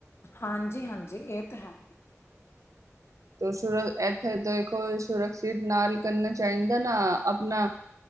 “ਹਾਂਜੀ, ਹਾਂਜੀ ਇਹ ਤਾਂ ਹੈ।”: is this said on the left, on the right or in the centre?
Left